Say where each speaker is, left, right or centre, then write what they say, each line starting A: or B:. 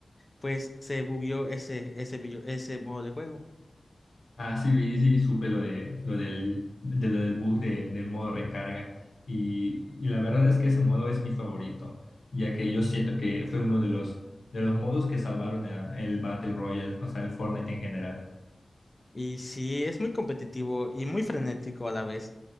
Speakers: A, on the left; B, on the left.
A: pues se bugueó ese, ese, video- ese modo de juego.
B: Ah, sí, vi, sí, supe lo de lo del, de lo del bug de, del modo recarga. Y, y la verdad es que ese modo es mi favorito, ya que yo siento que fue uno de los, de los modos que salvaron a- el Battle Royale, o sea, el Fortnite en general.
A: Y sí, es muy competitivo y muy frenético a la vez.